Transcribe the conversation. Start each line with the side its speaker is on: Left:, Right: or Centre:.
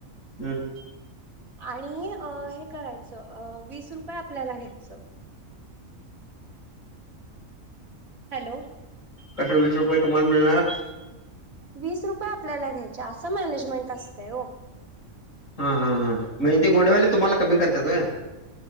Left: हम्म.
Right: आणि अ हे करायचं वीस रुपये आपल्याला घ्यायचं. हॅलो.
Left: कसे वीस रुपये तुम्हाला मिळणार?
Right: वीस रुपये आपल्याला घ्यायचे. असं मॅनेजमेंट असतंय ओ.
Left: हा, हा, हां. म्हणजे ते घोडवाली तुम्हाला कमी करत्यात व्हयं.